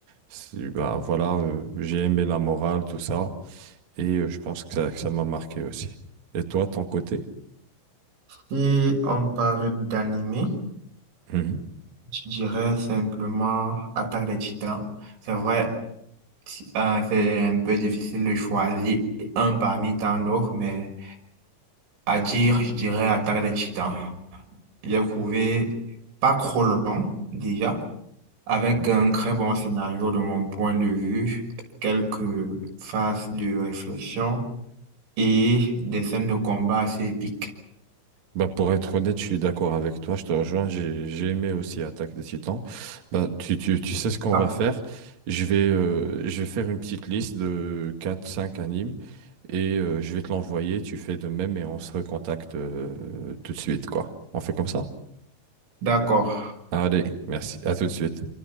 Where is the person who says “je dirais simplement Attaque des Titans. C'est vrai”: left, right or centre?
Right